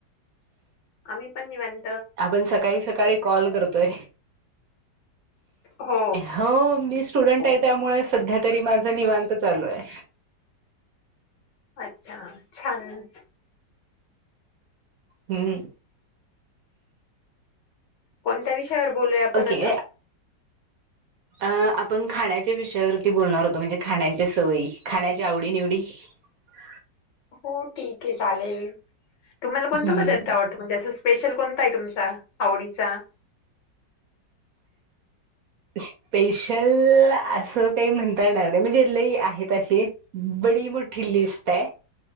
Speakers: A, on the left; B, on the right.
A: आम्ही पण निवां.
B: आपण सकाळी सकाळी कॉल करतोय.
A: हो
B: हो मी स्टुडंट
A: हो.
B: आहे त्यामुळे सध्या. तरी माझा निवांत चालु आहे
A: अच्छा छान
B: हम्म.
A: कोणत्या विषयावर बोलुया आपण
B: ओके
A: आता.
B: अ आपण खाण्याच्या विषयावरती बोलणार होतो, म्हणजे खाण्याच्या सवयी, खाण्याच्या आवडी-निवडी. ह <inaudible>
A: हो ठीक आहे चालेल, तुम्हाला कोणता
B: हम्म
A: पदार्थ आवडतो, म्हणजे असं स्पेशल कोणता आहे तुमचा, आवडीचा
B: स्पेशल असं काही म्हणता येणार, नाही म्हणजे लई आहेत, असे ब मोठी लिस्ट आहे,